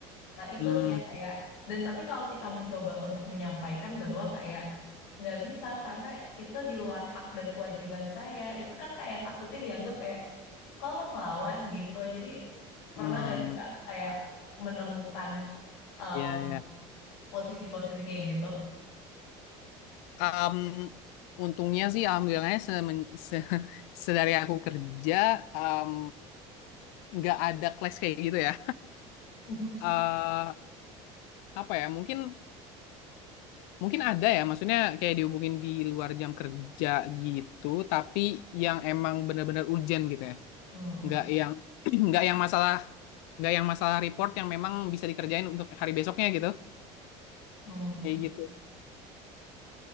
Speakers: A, on the left (about 90°); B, on the left (about 70°).
A: Nah, itu
B: Hmm,
A: sih yang kayak, dan tapi kalau kita mencoba untuk menyampaikan bahwa kayak nggak bisa karena itu di luar hak dan kewajiban saya, itu kan kayak takutnya dianggap kayak kalau ngelawan gitu. Jadi pernah
B: hmm,
A: nggak sih Kak kayak menemukan em,
B: ya, ya.
A: posisi-posisi kayak gitu?
B: Am, untungnya sih, alhamdulillahnya semen- se <laughs> sedari aku kerja, am, nggak ada clash kayak gitu ya.
A: <laughs>
B: Eh apa ya? Mungkin, mungkin ada ya. Maksudnya kayak dihubungin di luar jam kerja gitu, tapi yang emang benar-benar urgent gitu ya.
A: Hmm.
B: Nggak yang, <clears throat> nggak yang masalah, nggak yang masalah report yang memang bisa dikerjain untuk hari besoknya gitu.
A: Hmm.
B: Kayak gitu.